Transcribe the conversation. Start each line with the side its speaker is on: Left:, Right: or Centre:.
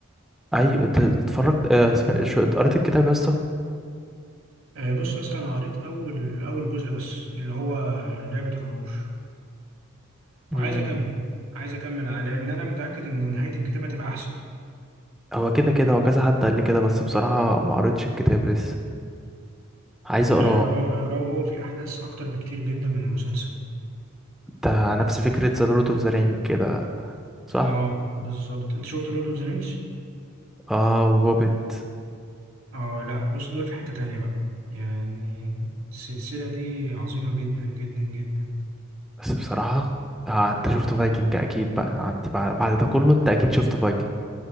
Centre: ايوه أنت اتفرجت آه، اسم- شو- قريت الكتاب يا اسطى
Right: آه، بص يا اسطى أنا قريت أول أول جزء بس اللي هو لعبة العروش
Centre: امم
Right: وعايز أكمل عايز أكمل على- لأن أنا متأكد إن نهاية الكتاب هتبقى أحسن
Centre: هو كده كده هو كذا حد قال لي كده بس بصراحه ما قريتش الكتاب لسه عايز اقراه
Right: لا اقراه اقراه وهو فيه أحداث أكتر بكتير جدا من المسلسل
Centre: ده نفس فكره ذا لورد اوف ذا رينج كده صح
Right: أه بالظبط أنت شفت لورد أوف ذا رينجز؟
Centre: اه وهوبيت
Right: أه لأ بص دول في حتة تانية بقى يعني السلسلة دي عظيمة جدا جدا جدا
Centre: بس بصراحه آه انت شفت فايكنج اكيد بقى انت بعد بعد ده كله انت اكيد شفت فايكنج